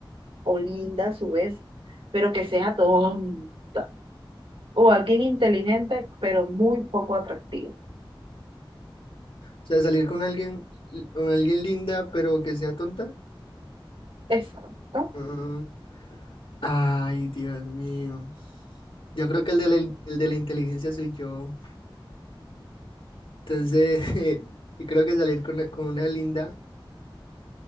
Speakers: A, on the right; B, on the left.
A: o linda a su vez, pero que sea tonta. O alguien inteligente, pero muy poco atractivo.
B: O sea, salir con alguien, con alguien linda, pero que sea tonta.
A: Exacto.
B: Mm, Ay, Dios mío. Yo creo que el de la, in- el de la inteligencia soy yo. Entonces, <laughs> yo creo que salir con, con una linda,